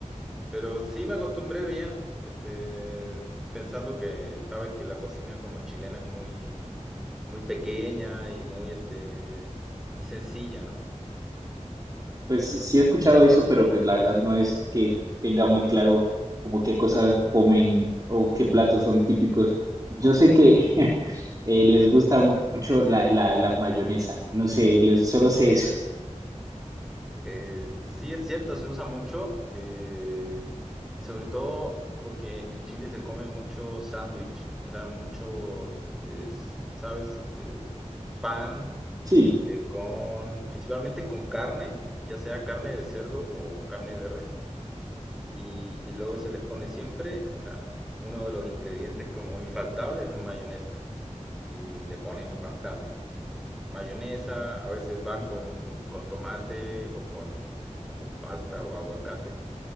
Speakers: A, in the centre; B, on the right.
A: Pero sí me acostumbré bien, este, pensando que sabes que la cocina como chilena es muy, muy pequeña y muy, este, muy sencilla, ¿no?
B: Pues sí he escuchado eso, pero pues la verdad no es que tenga muy claro como qué cosas comen o qué platos son típicos. Yo sé que <laughs> eh, les gusta mu- mucho la, la, la mayonesa, no sé, les, solo sé eso.
A: Eh, sí es cierto, se usa mucho eh, y sobre todo porque en Chile se come mucho sándwich, o sea, muchos, este, s- ¿sabes? Este, pan
B: Sí,
A: eh, con, principalmente con carne, ya sea carne de cerdo o carne de res. Y, y luego se les pone siempre, o sea, uno de los ingredientes como infaltables es mayonesa. Y le ponen bastante. Mayonesa, a veces van con, con tomate o con, o con palta o aguacate.